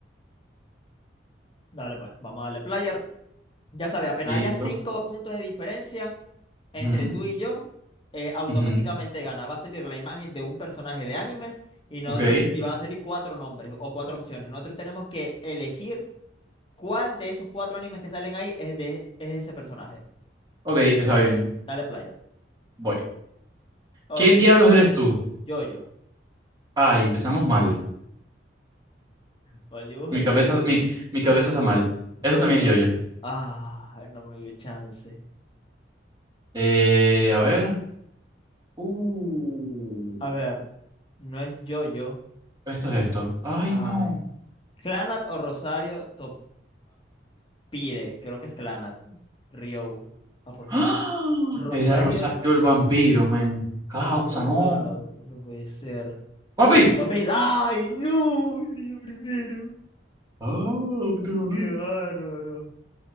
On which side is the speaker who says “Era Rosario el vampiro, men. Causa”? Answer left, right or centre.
Right